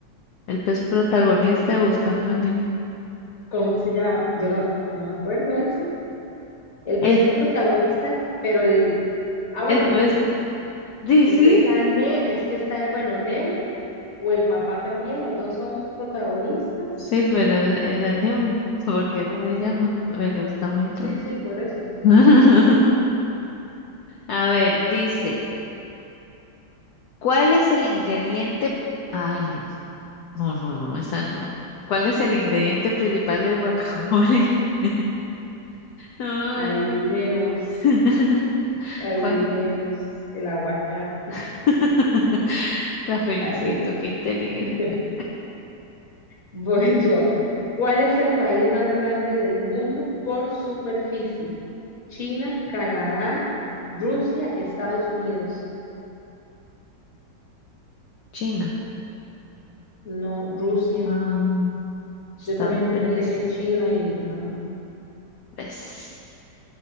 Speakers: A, on the left; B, on the left.
A: El pez protagonista de Buscando a Nemo.
B: ¿Cómo se llama? Yo no, no me acuerdo ese. El
A: El,
B: pez protagonista, pero el... Ah, bueno,
A: el pez, ¿sí?
B: es que está, Ne- es que está, bueno, Nemo o el papá también, los dos son protagonistas.
A: Sí, pero era Nemo, <laughs> porque así
B: Ah,
A: se llama. Pero está muy tonto.
B: sí, sí, por eso.
A: <laughs> A ver, dice, ¿cuál es el ingrediente? Ay, no, no, no, no, esa no. ¿Cuál es el ingrediente principal del guacamole? <laughs> No,
B: Adivinemos,
A: es- <laughs>
B: adivinemos
A: ¿cuál?
B: el aguacate.
A: <laughs> La felicito,
B: La tribu.
A: qué inteligente.
B: <laughs> Voy yo. ¿Cuál es el país más grande del mundo por superficie? China, Canadá, Rusia, Estados Unidos.
A: China.
B: No, Rusia.
A: Ah, estaba
B: Yo también
A: entre
B: pensé
A: esas.
B: que China y no.
A: ¿Ves?